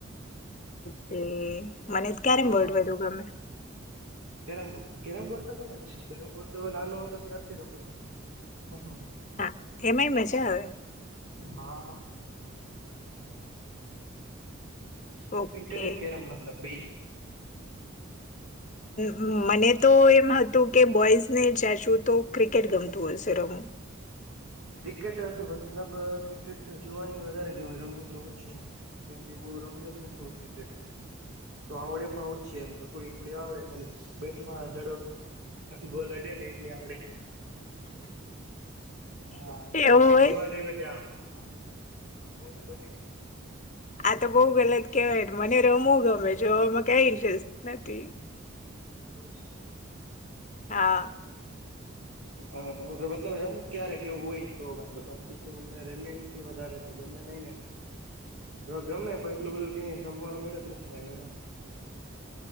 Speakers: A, on the left; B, on the right.
A: તે મને ક્યારેમ
B: હા
A: વોડવે દું ગમે.
B: કેરમ બોર્ડ કેરમ બોર્ડ તો ગમે જ છે કેરમ બોર્ડ તો નાનો હતો ત્યારથી રમું છું હું.
A: હા એમાંય મજા
B: હ હ
A: આવે
B: હા. બેડમિન્ટન
A: ઓકે
B: ને કેરમ મતલબ બે. <inaudible>
A: હમ મને તો એમ હતું. કે બોઈઝને ચચું તો ક્રિકેટ ગમતું હોય છે રમું.
B: ક્રિકેટ તો મતલબ ક્રિકેટ જોવાની વધારે ગમે રમું તો ઓછું કેમ કે. બોરમી યોજને થવું ક્રિકેટ. તો આવડે પણ ઓછી એમ તો થોડી થોડી આવડે ખાલી બેટમાંડ બોલાડ. એટલી આવડે. હા બાકી
A: એવું હોય
B: જોવા લઈવા જ હા જોવ તો બધી.
A: આ તો બહુ ગલત કેહેવાય મને રમવું ગમે જોવામાં કય ઇન્ટરેસ્ટ નથી.
B: એવું છે એમ.
A: હ <inaudible>
B: હ મતલબ રમું ક્યારે કેવું હોય તો મતલબ બાકી તો રમી નથી વધારે તો ગમે નહી. ગમે પણ એટલું બધું ક રમવાનું મે જ નથી આવ એ.